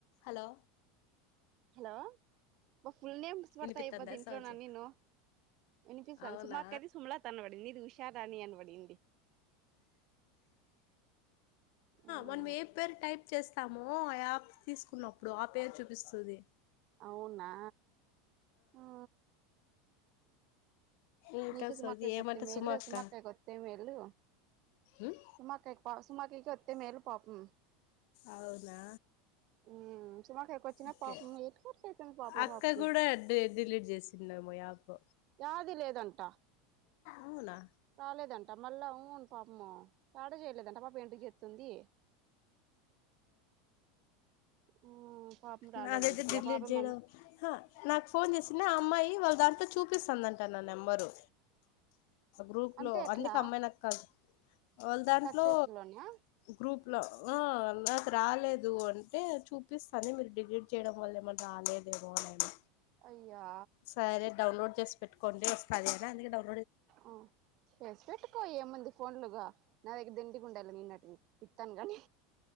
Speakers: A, on the left; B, on the right.
A: Hello
B: లో full names పడతా
A: వినిపిత్తందా
B: అయిపోద్ది ఇంట్లోన
A: సౌజీ
B: నేను వినిపిస్తాను
A: అవునా
B: సుమా అక్కది సుమలత అని పడింది ఇది ఉషారాణి అనీ పడింది ఆ
A: మనం ఏ పేరు టైప్ చేస్ స్తాము యాప్ తీసుకున్నప్పుడు ఆ పేరు చూపిస్తుంది
B: అవునా ఆ
A: ఇంకా
B: మీకు సుమాక్క
A: సౌజీ
B: కొత్త
A: ఏమంట
B: మేలు
A: సుమ అక్క
B: సుమాక్కాకి కొత్త మేలు
A: ఉమ్,
B: సుమాక్క పా సుమాకికి కొత్త మేలు పాపం
A: అవునా
B: ఉ సుమ అక్కాకు వచ్చిన
A: ఓకే
B: పాపం ఎట్ కొట్టాయితుంది పాప
A: అక్క
B: పాపకి
A: కూడా డి డిలీట్ చేసిందేమో యాప్
B: యాది లేదంటా
A: అవునా
B: కాలే దంటా మళ్ళ ఉ మ్మో ఆడ చేయలేదంట మా ఫ్రెండు చేతుంది మ్మ్ పాపం రాలేదంటది
A: నాదైతే డిలీట్
B: ఆ పాపం
A: చేయడం
B: మళ్ళ
A: హా నాకు ఫోన్ చేసింది ఆ అమ్మాయి వాళ్ళ దానితో చూపిస్తుందంటా నా నెంబరు గ్రూప్
B: అంటే
A: లో
B: ఎట్లా
A: అందుకు అమ్మాయినిక్కదు వాళ్ళ దాంట్లో
B: సక్సెస్ లోనా
A: గ్రూప్ ఆ నాకు రాలేదు అంటే చూ చూపిస్తానే మీరు డిలీట్ చేయడం వల్ల ఏమన్నా రాలేదు ఏమోనని
B: అయ్యా
A: సరే డౌన్లోడ్ చేసి పెట్టుకోండి వా అదేనా నీ డౌట్
B: ఆ చేసి పెట్టుకో ఏముంది ఫోన్లుగా నా దగ్గర దింటి గుండాలే నిన్నటివి ఇత్తాను గని